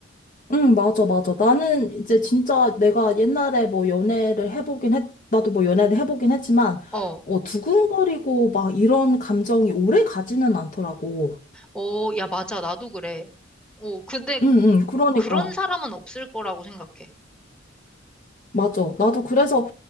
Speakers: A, on the left; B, in the centre.
A: 음, 맞아, 맞아. 나는 이제 진짜 내가 옛날에 뭐 연애를 해보긴 했, 나도 뭐 연애를 해보긴 했지만,
B: 어.
A: 어, 두근거리고 막 이런 감정이 오래 가지는 않더라고.
B: 어, 야, 맞아. 나도 그래. 어, 근데
A: 응,
B: 그-
A: 응, 그러니까.
B: 그런 사람은 없을 거라고 생각해.
A: 맞아. 나도 그래서